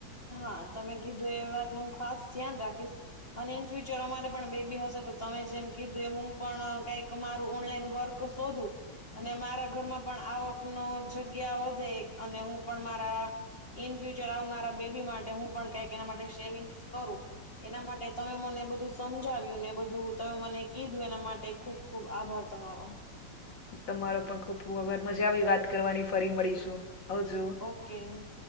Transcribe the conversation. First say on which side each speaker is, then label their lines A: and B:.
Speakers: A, on the left; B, on the left.
A: હા તમે કીધું એ વાતનું ખાસ ધ્યાન રાખીશ અને ઇન ફ્યુચર અમારે પણ બેબી હશે તો તમે જેમ કીધું એ હું પણ કઈક મારું ઓનલાઈન વર્ક શોધું. અને મારા ઘરમાં પણ આવકનો જગ્યા વધે અને હું પણ મારા ઈન ફ્યુચર આવનારા બેબી માટે હું પણ કઈક એના માટે સેવિંગ્સ કરું. એના માટે તમે મને બધું સમજાવ્યું ને બધું તમે મને કીધું એના માટે ખુબ ખુબ આભાર તમારો.
B: તમારો પણ ખુબ ખબર મજા આવી વાત કરવાની ફરી મળીશું આવજુ
A: ઓકે.